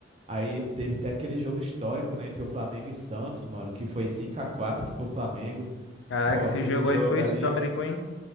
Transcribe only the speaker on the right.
Aí teve até aquele jogo histórico, né, entre o Flamengo e Santos, mano, que foi 5 a 4 pro Flamengo.
Pô,
aquele
jogo
ali.